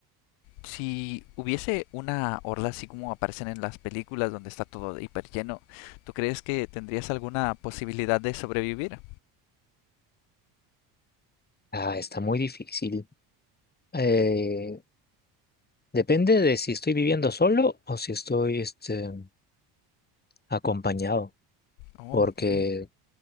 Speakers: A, on the left; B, on the left.
A: si hubiese una horda así como aparecen en las películas donde está todo hiper lleno, ¿tú crees que tendrías alguna posibilidad de sobrevivir?
B: Ah, está muy difícil. Eh, depende de si estoy viviendo solo o si estoy este, acompañado.
A: Oh,
B: Porque
A: ok.